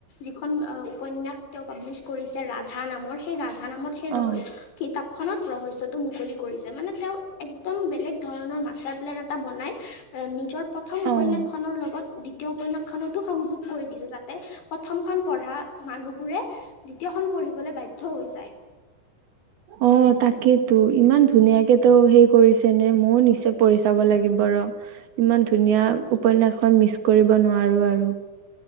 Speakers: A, on the left; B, on the right.
A: এখন উপন্যাস তেওঁ পাব্লিছ কৰিছে ৰাধা নামৰ সেই ৰাধা ৰাধা নামত সেই
B: অ',
A: ৰহস্য কিতাপ খনত ৰহসয়তটো মুকলি কৰিছে মানে তেওঁ একদম বেলে ধৰণৰ মাষ্টাৰ প্লেন এটা বনাই এ নিজৰ প্ৰথম উপন্যাসখনৰ
B: অ'।
A: লগত দ্বিতীয় উপন্যাসখন তোমাৰ সংযোগ কৰি দিছে, যাতে প্ৰথমখন পঢ়া মানুহবোৰে দ্বিতীয়খন পঢ়িবলৈ বাধ্য হৈ যায়।
B: অ' তাকেইতো ইমান ধুনীয়াকে ত' সেই কৰিছে নে? ময়ো নিশ্চয় পঢ়ি চাব লাগিব ৰ'। ইমান ধুনীয়া উপন্যাসখন মিচ কৰিব নোৱাৰো আৰু।